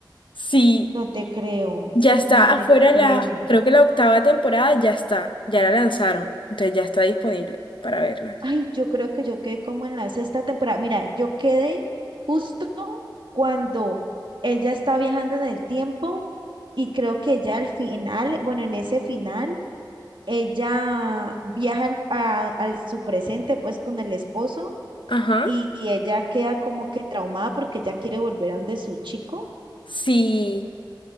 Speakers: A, on the left; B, on the right.
A: Sí,
B: No te creo,
A: ya está
B: no te
A: afuera
B: creo.
A: la, creo que la octava temporada ya está, ya la lanzaron, entonces ya está disponible para verla.
B: Ay, yo creo que yo quedé como en la sexta temporada. Mira, yo quedé justo cuando ella está viajando en el tiempo y creo que ella al final, bueno, en ese final, ella viaja al- a, a su presente pues con el esposo
A: Ajá,
B: y, y ella queda como que traumada porque ella quiere volver a donde su chico
A: sí.